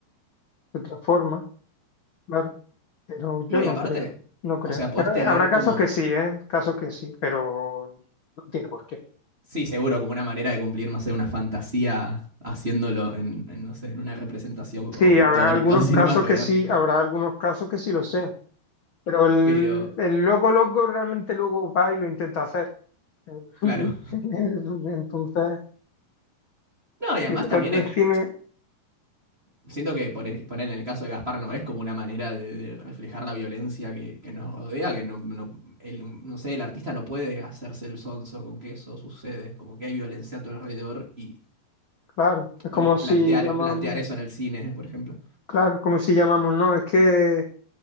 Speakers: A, on the left; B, on the right.
A: de otra forma, claro. Pero yo
B: No, y
A: no
B: aparte,
A: creo, no creo.
B: o sea, podés
A: Habrá
B: tener
A: habrá casos
B: como,
A: que sí, ¿eh? Casos que sí, pero no tiene por qué.
B: sí, seguro, como una manera de cumplir, no sé, una fantasía haciéndolo en, en, no sé, en una representación o
A: Sí,
B: pictórica
A: habrá algunos
B: o <laughs> cinematográfica.
A: casos que sí, habrá algunos casos que sí lo sean. Pero el,
B: Pero,
A: el loco loco realmente luego va y lo intenta hacer. <laughs>
B: claro.
A: Entonces,
B: No, y además
A: director
B: también
A: del
B: eh,
A: cine,
B: Siento que por e- poner en el caso de Gaspar no es como una manera de, de reflejar la violencia que, que nos rodea, que no, no, el, no sé, el artista no puede hacerse el sonso con que eso sucede, como que hay violencia a tu alrededor y,
A: claro, es como
B: bueno, plantear,
A: si llamamos,
B: plantear eso en el cine, por ejemplo.
A: claro, como si llamamos, no, es que,